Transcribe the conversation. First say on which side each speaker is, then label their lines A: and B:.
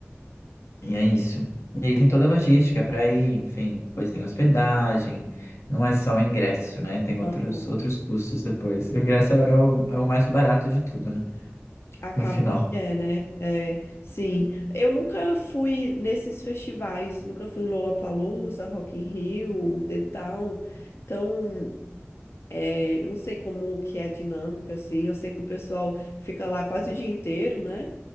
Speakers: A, on the left; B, on the left.
A: e é isso. E aí tem toda a logística para ir, enfim, depois tem hospedagem, não é só o ingresso, né? Tem
B: Aham.
A: outros, outros custos depois. O ingresso é o, é o mais barato de tudo, né?
B: Acaba
A: No final.
B: que é, né? É, sim. Eu nunca fui nesses festivais, nunca fui em Lollapalooza, Rock in Rio, The Town. Então, é, eu não sei como que é a dinâmica, assim. Eu sei que o pessoal fica lá quase o dia inteiro, né?